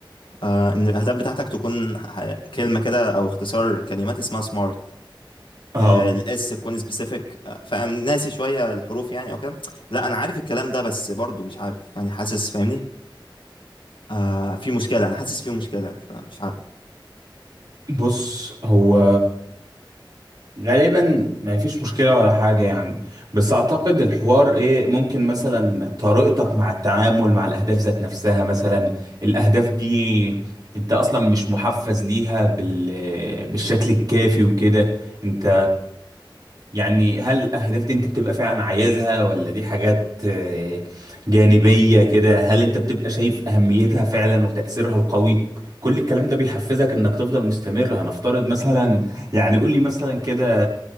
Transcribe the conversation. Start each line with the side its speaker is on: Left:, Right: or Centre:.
Left: آه ان الاهداف بتاعتك تكون ح- كلمه كده او اختصار كلمات اسمها سمارت
Right: اه
Left: الاس تكون سبيسيفيك فانا ناسي شويه الحروف يعني او كده لا انا عارف الكلام ده بس برضو مش عارف يعني حاسس فاهمني آه في مشكله انا حاسس في مشكله فمش عارف
Right: بص هو غالبا ما فيش مشكلة ولا حاجة يعني بس أعتقد الحوار إيه ممكن مثلا طريقتك مع التعامل مع الأهداف ذات نفسها مثلا الأهداف دي أنت أصلا مش محفز ليها بال... بالشكل الكافي وكده أنت يعني هل الأهداف دي أنت بتبقى فعلا عايزها ولا دي حاجات آه، جانبية كده هل أنت بتبقى شايف أهميتها فعلا وتأثيرها القوي كل الكلام ده بيحفزك انك تفضل مستمر هنفترض مثلا يعني قول لي مثلا كده